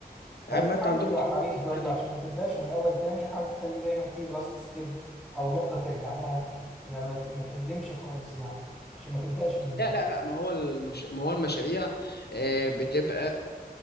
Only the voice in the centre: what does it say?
بس
حاول
تبقى
حريص
برضه عشان ما تبداش من الاول تاني حاول تخلي دايما في لاست ستيب او نقطه ترجع لها يعني ما ت- ما تهدمش خالص يعني عشان ما تبداش من جديد